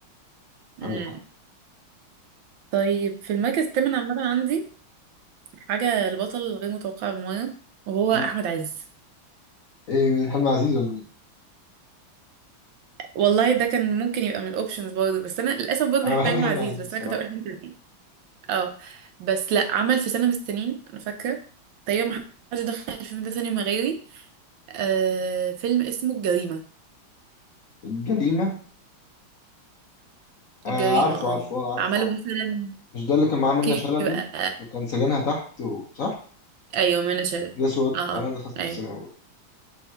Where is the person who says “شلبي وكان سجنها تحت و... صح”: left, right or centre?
Left